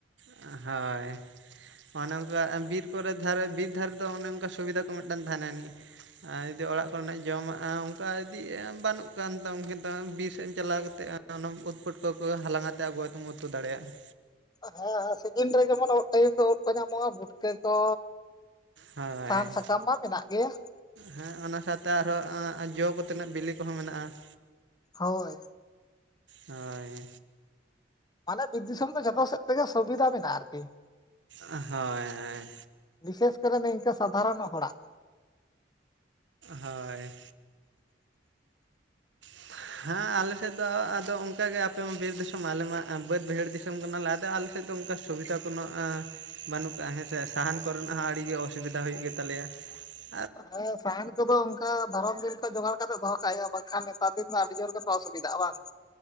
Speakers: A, on the right; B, on the left.
A: ᱦᱚᱭ ᱾ ᱚᱱᱮ ᱚᱱᱠᱟ ᱵᱤᱨ ᱠᱚᱨᱮ ᱫᱷᱟᱨᱮ, ᱵᱤᱨ ᱫᱷᱟᱨᱮ ᱫᱚ, ᱚᱱᱮ ᱚᱱᱠᱟ ᱥᱩᱵᱤᱫᱷᱟ ᱠᱚ ᱢᱤᱫᱴᱟᱱ ᱛᱟᱦᱮᱱᱟ ᱱᱤᱡ ᱾ ᱟᱨ ᱡᱩᱫᱤ ᱚᱲᱟᱜ ᱠᱚᱨᱮᱱᱟᱜ ᱡᱚᱢᱟᱜ-ᱟ ᱚᱱᱠᱟ ᱤᱫᱤ ᱵᱟᱹᱱᱩᱜ ᱠᱟᱱ ᱛᱟᱢ ᱵᱤᱨ ᱥᱮᱫ ᱮᱢ ᱪᱟᱞᱟᱣ ᱠᱟᱛᱮᱜ ᱦᱟᱸᱜ ᱚᱱᱟ ᱩᱫ, ᱯᱩᱴᱠᱟᱹ ᱠᱚ ᱦᱟᱞᱟᱝ ᱟᱛᱮ ᱟᱹᱜᱩ ᱠᱟᱛᱮᱢ, ᱩᱛᱩ ᱫᱟᱲᱮᱭᱟᱜ-ᱟ ᱾
B: ᱦᱮᱸ ᱦᱮ ᱥᱤᱡᱤᱱ ᱨᱮ ᱡᱮᱢᱚᱱ ᱩᱫ ᱴᱟᱭᱤᱢ ᱫᱚ ᱩᱫ ᱠᱚ ᱧᱟᱢᱚᱜ-ᱟ, ᱵᱷᱩᱴᱠᱟᱹ ᱠᱚ
A: ᱦᱳᱭ᱾
B: ᱥᱟᱦᱟᱱ, ᱥᱟᱠᱟᱢ ᱢᱟ ᱢᱮᱱᱟᱜ ᱜᱮᱭᱟ ᱾
A: ᱦᱮᱸ ᱚᱱᱟ ᱥᱟᱶᱛᱮ ᱟᱨᱦᱚᱸ ᱡᱚ, ᱠᱚᱛᱮᱱᱟᱜ ᱵᱤᱞᱤ ᱠᱚᱦᱚᱸ ᱢᱮᱱᱟᱜ-ᱟ ᱾
B: ᱦᱳᱭ ᱾
A: ᱦᱳᱭ ᱾
B: ᱢᱟᱱᱮ ᱵᱤᱨ ᱫᱤᱥᱚᱢ ᱫᱚ, ᱡᱷᱚᱛᱚ ᱥᱮᱫ ᱛᱮᱜᱮ ᱥᱩᱵᱤᱫᱟ ᱢᱮᱱᱟᱜ-ᱟ ᱟᱨᱠᱤ ᱾
A: ᱦᱳᱭ ᱦᱳᱭ᱾
B: ᱵᱤᱥᱮᱥ ᱠᱚᱨᱮ ᱫᱚ ᱱᱤᱝᱠᱟᱹ ᱥᱟᱫᱷᱟᱨᱚᱱ ᱦᱚᱲᱟᱜ᱾
A: ᱦᱳᱭ <unintelligible> ᱦᱮᱸ ᱟᱞᱮ ᱥᱮᱫ ᱫᱚ ᱟᱫᱚ ᱚᱱᱠᱟᱜᱮ ᱟᱯᱮᱢᱟ ᱵᱤᱨ ᱫᱤᱥᱚᱢ ᱟᱞᱮᱢᱟ ᱵᱟᱹᱫᱽ ᱵᱟᱹᱭᱟᱹᱲ ᱫᱤᱥᱚᱢ ᱠᱟᱱᱟᱞᱮ, ᱟᱫᱚ ᱟᱞᱮ ᱥᱮᱫ ᱫᱚ ᱚᱱᱠᱟ ᱥᱩᱵᱤᱫᱟ ᱠᱳᱱᱳ ᱵᱟᱹᱱᱩᱜ ᱠᱟᱜ-ᱟ ᱦᱮᱸ ᱥᱮ ᱥᱟᱦᱟᱱ ᱠᱚᱨᱮᱱᱟᱜ ᱦᱚᱸ ᱟᱹᱰᱤ ᱜᱮ ᱚᱥᱩᱵᱤᱫᱟ ᱦᱩᱭᱩᱜ ᱜᱮᱛᱟ ᱞᱮᱭᱟ᱾ <inaudible>
B: ᱦᱮ ᱥᱟᱦᱟᱱ ᱠᱚᱫᱚ ᱚᱱᱠᱟ ᱟᱸ ᱫᱷᱚᱨᱚᱱ ᱫᱤᱱ ᱠᱚ ᱡᱚᱜᱟᱲ ᱠᱟᱛᱮᱫ ᱫᱚᱦᱚ ᱠᱟᱜ ᱦᱩᱭᱩᱜᱼᱟ ᱵᱟᱝᱠᱷᱟᱱ ᱱᱮᱛᱟᱨ ᱫᱤᱱ ᱫᱚ ᱟᱹᱰᱤ ᱡᱳᱨ ᱜᱮ ᱠᱚ ᱚᱥᱩᱵᱤᱫᱟᱜᱼᱟ ᱵᱟᱝ ᱾